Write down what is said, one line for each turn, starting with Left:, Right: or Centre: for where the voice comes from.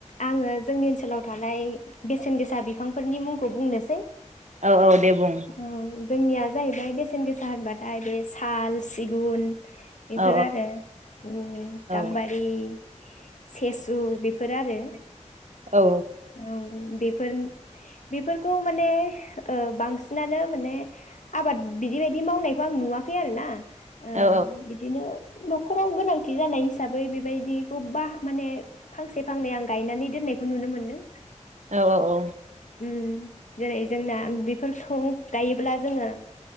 Left: आङो जोंनि ओनसोलाव थानाय बेसेन गोसा बिफांफोरनि मुंखौ बुंनोसै
Right: औ औ दे बुं
Left: औ जोंनिया जाहैबाय बेसेन गोसा होनबाथाय बे साल सिगुन बेफोर
Right: औ
Left: आरो उम
Right: औ
Left: गामबारि सेसु बेफोर आरो
Right: औ
Left: औ बेफोर बेफोरखौ माने ओ बांसिनानो माने आबाद बिदि बयदि मावनायखौ आं नुवाखै आरो ना। ओ
Right: औ
Left: बिदिनो <inaudible> फाव गोनांथि जानाय हिसाबै बेबायदिखौ बा माने फांसे फांनै आं गायनानै दोननायखौ नुनो मोन्दों
Right: औ औ औ।
Left: ओम जेरै जोंना बेफोर सब गायोब्ला जोङो